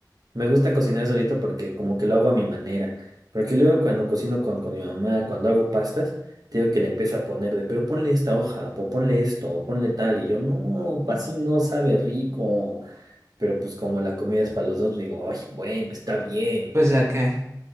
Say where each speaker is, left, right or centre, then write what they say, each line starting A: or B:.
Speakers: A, on the right; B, on the right.
A: Me gusta cocinar solito porque como que lo hago a mi manera. Porque luego cuando cocino con, con mi mamá, cuando hago pastas, te digo que le empiezo a poner de, pero ponle esta hoja, o ponle esto, o ponle tal. Y yo, no, así no sabe rico. Pero pues como la comida es para los dos, digo, ay, bueno, está bien.
B: Pues ya que.